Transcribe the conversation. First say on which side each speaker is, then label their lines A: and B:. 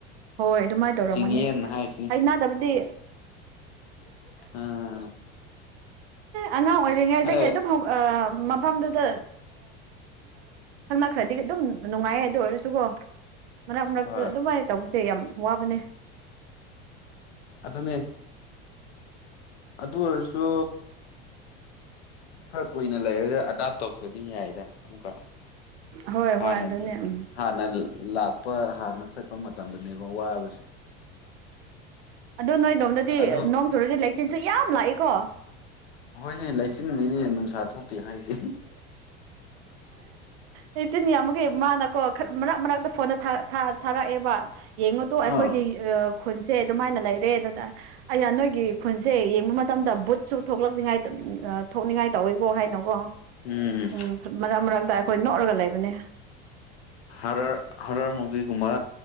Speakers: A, on the right; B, on the left.
A: ꯍꯣꯏ ꯑꯗꯨꯃꯥꯏꯅ ꯇꯧꯔꯝꯒꯅꯤ
B: ꯆꯤꯡꯌꯦꯟ ꯍꯥꯏꯁꯤꯅꯤ
A: ꯍꯩꯅꯥꯗꯕꯗꯤ
B: ꯎꯝ
A: ꯑꯉꯥꯡ ꯑꯣꯏꯔꯤꯉꯩꯗꯒꯤ
B: ꯍ
A: ꯑꯗꯨꯝ ꯍꯧ ꯃꯐꯝꯗꯨꯗ ꯈꯪꯅꯈ꯭ꯔꯗꯤ ꯑꯗꯨꯝ ꯅꯨꯡꯉꯥꯏꯌꯦ ꯑꯗꯨ ꯑꯣꯏꯔꯁꯨꯀꯣ ꯃꯔꯛ ꯃꯔꯛꯇ
B: ꯍꯣꯏ
A: ꯑꯗꯨꯃꯥꯏꯅ ꯇꯧꯕꯁꯦ ꯌꯥꯝ ꯋꯥꯕꯅꯦ
B: ꯑꯗꯨꯅꯦ ꯑꯗꯨ ꯑꯣꯏꯔꯁꯨ ꯈꯔ ꯀꯨꯏꯅ ꯂꯩꯔꯒ ꯑꯗꯥꯞ ꯇꯧꯔꯛꯄꯗꯤ ꯌꯥꯏꯗ ꯑꯃꯨꯛꯀ
A: ꯍꯣꯏ
B: ꯍꯥꯟꯅ
A: ꯍꯣꯏ ꯑꯗꯨꯅꯦ ꯎꯝ
B: ꯍꯥꯟꯅ ꯂꯥꯛꯄ ꯍꯥꯟꯅ ꯆꯠꯄ ꯃꯇꯝꯗꯅꯦꯕ ꯋꯥꯁꯦ
A: ꯑꯗꯣ ꯅꯣꯏ ꯔꯣꯝꯗꯗꯤ
B: ꯑꯗꯣ
A: ꯅꯣꯡ ꯆꯨꯔꯗꯤ ꯂꯩꯆꯤꯟꯁꯨ ꯌꯥꯝ ꯂꯥꯛꯏꯀꯣ
B: ꯍꯣꯏꯅꯦ ꯂꯩꯆꯤꯟꯅꯤꯅꯦ ꯅꯨꯡꯁꯥ ꯊꯣꯛꯇꯦ ꯍꯥꯏꯔꯤꯁꯦ
A: ꯂꯩꯆꯤꯟꯅꯤ ꯌꯥꯝꯕꯒꯤ ꯃꯥꯅꯀꯣ ꯃꯔꯛ ꯃꯔꯛꯇ ꯐꯣꯟꯗ ꯊꯥꯔꯛꯑꯦꯕ ꯌꯦꯡꯉꯨꯗꯣ ꯑꯩꯈꯣꯏꯒꯤ
B: ꯑ
A: ꯈꯨꯟꯁꯦ ꯑꯗꯨꯃꯥꯏꯅ ꯂꯩꯔꯦ ꯑꯗꯨꯅ ꯑꯩ ꯅꯣꯏꯒꯤ ꯈꯨꯟꯁꯦ ꯌꯦꯡꯕ ꯃꯇꯝꯗ ꯕꯨꯠꯁꯨ ꯊꯣꯛꯂꯛꯅꯤꯉꯥꯏ ꯊꯣꯛꯅꯤꯡꯉꯥꯏ ꯇꯧꯋꯦꯀꯣ ꯍꯥꯏꯅ ꯑꯣ
B: ꯎꯝ
A: ꯎꯝ ꯃꯔꯛ ꯃꯔꯛꯇ ꯑꯩꯈꯣꯏ ꯅꯣꯛꯂꯒ ꯂꯩꯕꯅꯦ
B: ꯍꯔꯔ ꯍꯔꯔ ꯃꯨꯚꯤꯒꯨꯝꯕ